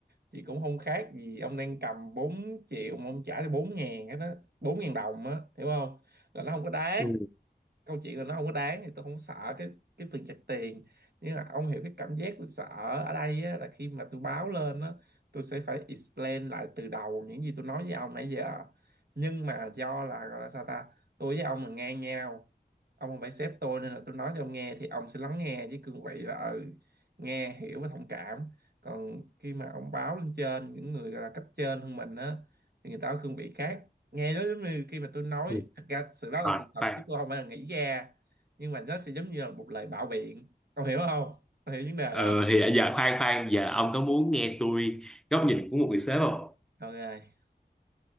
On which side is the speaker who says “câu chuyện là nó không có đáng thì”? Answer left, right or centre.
Right